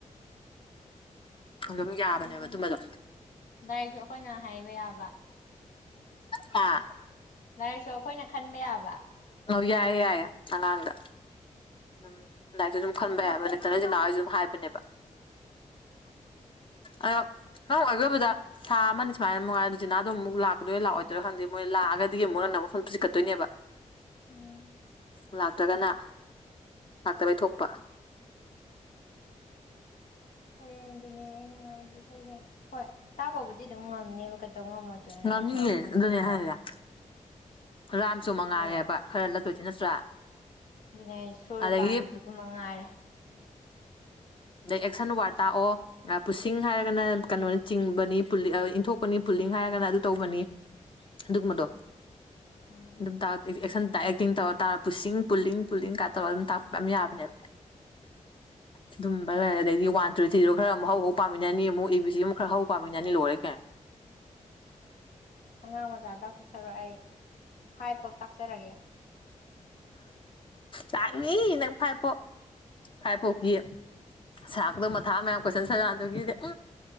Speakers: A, on the left; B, on the left.
A: <inaudible>
B: ꯑꯗꯨꯝ ꯌꯥꯕꯅꯦꯕ
A: ꯎꯝ
B: ꯑꯗꯨꯝꯕꯗꯣ
A: ꯗꯥꯏꯔꯤꯦꯛꯁꯨ ꯑꯩꯈꯣꯏꯅ ꯍꯥꯏꯕ ꯌꯥꯕ
B: ꯑ
A: ꯂꯥꯏꯔꯤꯛꯁꯨ ꯑꯩꯈꯣꯏꯅ ꯈꯟꯕ ꯌꯥꯕ
B: ꯑ ꯌꯥꯏꯌꯦꯦ ꯌꯥꯏꯌꯦꯦ ꯑꯉꯥꯡꯗ ꯑꯗꯨꯝ ꯂꯥꯏꯔꯤꯛꯁꯨ ꯁꯨꯝ ꯈꯟꯕ ꯌꯥꯕ ꯅꯠꯇꯅꯁꯤ ꯅꯍꯥꯋꯥꯣꯏ ꯁꯨꯝ ꯍꯥꯏꯕꯅꯦꯕ
A: <inaudible>
B: ꯑꯣ ꯅꯪ ꯑꯣꯏꯈꯣꯏꯕꯗ ꯊꯥ ꯑꯃꯅꯤꯅꯤ ꯁꯨꯃꯥꯏꯅ ꯃꯉꯥꯏ ꯑꯗꯨ ꯖꯤꯅꯥꯗꯣꯨꯛ ꯂꯥꯛꯀꯣꯏ ꯂꯥꯛꯑꯣꯏꯣꯏꯔ ꯈꯪꯗꯦ ꯃꯣꯏ ꯂꯑꯒꯗꯤ ꯑꯃꯨꯛ ꯃꯐꯝꯣꯏꯅꯦꯕ
A: ꯎꯝ
B: ꯂꯥꯛꯇꯒꯅ ꯂꯥꯛꯇꯕꯩ ꯊꯣꯛꯄ
A: ꯁꯩꯔꯦꯡꯗꯨꯅꯦ ꯑꯩꯅ ꯍꯥꯏꯗ ꯁꯩꯔꯦꯡ ꯍꯣꯏ ꯇꯥꯛꯄꯕꯨꯗꯤ ꯑꯗꯨꯝ ꯉꯝꯅꯦꯕ ꯇꯧ ꯉꯝꯃꯣꯏꯗꯣꯏꯅꯣ
B: ꯉꯝꯅꯤꯌꯦ
A: ꯅꯠꯇ꯭ꯔꯥ ꯉꯝꯅꯕ
B: ꯑꯗꯨꯅꯦ ꯍꯥꯏꯔꯤꯁꯦ
A: ꯑꯗꯣ
B: ꯔꯥꯝꯁꯨ ꯃꯉꯥꯜꯂꯦꯕ
A: ꯑꯗꯨ ꯑꯣꯏꯔꯁꯨ
B: ꯈꯔ ꯂꯠꯇꯣꯏꯁꯤꯤ ꯅꯠꯇ꯭ꯔꯥ
A: ꯑꯗꯨꯅꯦ ꯑꯩ ꯁꯨꯔ
B: ꯑꯗꯒꯤ
A: ꯄꯥꯟꯕꯗꯨ ꯑꯗꯨꯝ ꯃꯉꯥꯏꯔꯦ <inaudible>
B: ꯑꯗ ꯑꯦꯛꯁꯟ ꯋꯥꯔ ꯇꯥꯛꯑꯣ ꯄꯨꯁꯤꯡ ꯍꯥꯏꯔꯒꯅ ꯀꯩꯅꯣꯅ ꯆꯤꯡꯕꯅꯤ ꯏꯟꯊꯣꯛꯄꯅꯤ ꯄꯨꯂꯤꯡ ꯍꯥꯏ ꯍꯥꯏꯔꯒꯅ ꯑꯗꯨ ꯇꯧꯕꯅꯤ ꯑꯗꯨꯒꯨꯝꯕꯗꯣ
A: ꯎꯝ
B: ꯑꯗꯨꯝ ꯑꯦꯛꯇꯤꯡ ꯇꯧꯔ ꯇꯥꯔ ꯄꯨ ꯄꯨꯡ ꯄꯨꯡ ꯀꯥꯏ ꯑꯗꯨꯝ ꯇꯥꯛ ꯌꯥꯕꯅꯦꯕ
A: <inaudible>
B: ꯑꯗꯨꯝꯕ ꯂꯩꯔ ꯑꯗꯗꯒꯤꯗꯤ ꯋꯥꯟ ꯇ꯭ꯨꯔꯤ ꯊ꯭ꯔꯤꯗꯣ ꯈꯔ ꯑꯃꯨꯛ ꯍꯧꯕ ꯄꯥꯃꯤꯅꯤ ꯑꯃꯨꯛ ꯑꯦ ꯕꯤ ꯁꯤ ꯑꯃꯨꯛ ꯈꯔ ꯍꯧꯕ ꯄꯥꯃꯤꯟꯅꯅꯤ ꯂꯣꯏꯔꯦ ꯀꯦ
A: ꯑꯉꯥꯡ ꯃꯆꯥꯗꯁꯨ ꯁꯔꯛ ꯑꯩ ꯐꯥꯏꯐꯥꯎ ꯇꯥꯛꯆꯔꯒꯦ
B: ꯇꯅꯤ ꯅꯪ ꯐꯥꯏꯄꯣ ꯈꯥꯏ ꯄꯣꯛꯀꯤ ꯁꯥꯥꯛꯗꯣ ꯃꯊꯥ ꯃꯌꯥꯝ ꯀꯣꯏꯁꯟ ꯁꯀꯥꯟꯗꯨꯒꯤꯗꯤ